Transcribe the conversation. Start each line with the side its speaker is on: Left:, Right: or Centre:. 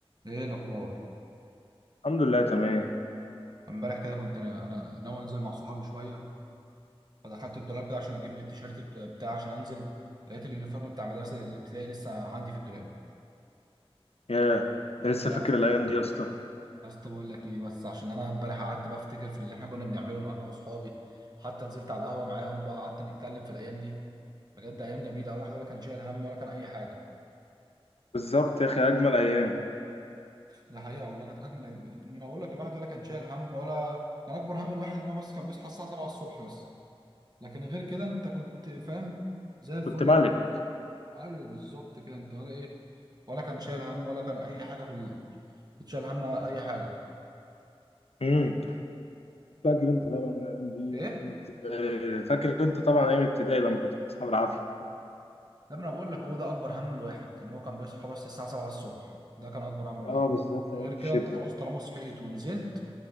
Right: ايه الاخبار
Left: الحمد لله تمام
Right: امبارح كده كنت انا انا ناوي انزل مع صحابي شويه فدخلت الدولاب كده عشان اجيب التيشيرت بت- بتاعي عشان انزل لقيت اليونيفورم بتاع مدرسه الابتدائي لسه عندي في الدولاب
Left: ياه انت
Right: فضلت
Left: لسه
Right: بقى
Left: فاكر
Right: أفت-
Left: الايام دي يا اسطى
Right: يا اسطى بقول لك ايه بس عشان انا امبارح قعدت بقى افتكر في اللي احنا كنا بنعمله مع انا واصحابي حتى نزلت على القهوه معاهم بقى قعدت نتكلم في الايام دي بجد ايام جميله الواحد ولا كان شايل هم ولا كان اي حاجه
Left: بالظبط يا اخي اجمل ايام
Right: ده حقيقه والله كانت اجمل أيام. انا بقول لك الواحد ولا كان شايل هم ولا كان اكبر هم الواحد ان هو بس كان بيصحى الساعه 7 الصبح بس لكن غير كده انت كنت فاهم زي الفل
Left: كنت مالك
Right: بقى ايوه بالظبط كده انت ولا ايه ولا كان شايل هم ولا كان اي حاجه في ال... كنت شايل هم اي حاجه
Left: امم فاكر انت طبعا الايام دي
Right: ايه
Left: ايام ابتدائي آه، فاكر انت طبعا ايام ابتدائي لما كنت بتصحى بالعافيه
Right: لما انا بقول لك هو ده اكبر هم الواحد ان هو كان بيصحى بس الساعه 7 الصبح ده كان اكبر هم الواحد
Left: اه بالذات
Right: غير
Left: ايام
Right: كده
Left: الشتاء
Right: انت خلاص طالما صحيت ونزلت